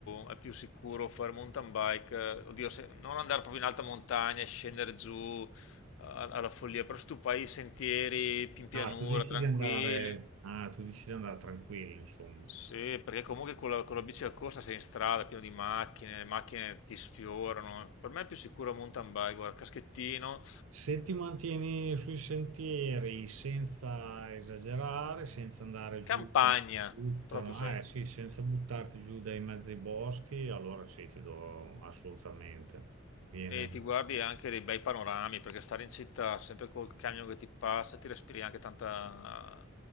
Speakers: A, on the left; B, on the right.
A: è più sicuro fare mountain bike, eh, oddio, se- non andare proprio in alta montagna e scendere giù a- alla follia, però se tu fai i sentieri in pianura,
B: Ah, tu decidi
A: tranquilli.
B: di andare, ah, tu decidi di andare tranquillo, insomma.
A: Sì, perché comunque con la, con la bici da corsa sei in strada, pieno di macchine, le macchine ti sfiorano. Per me è più sicuro un mountain bike, guarda, caschettino,
B: Se ti mantieni sui sentieri senza esagerare, senza andare giù,
A: campagna,
B: come ti buttano,
A: proprio sai.
B: ah, eh sì, senza buttarti giù dai mezzi ai boschi, allora sì, ti do assolutamente. Viene.
A: E ti guardi anche dei bei panorami, perché stare in città sempre col camion che ti passa, ti respiri anche tanta,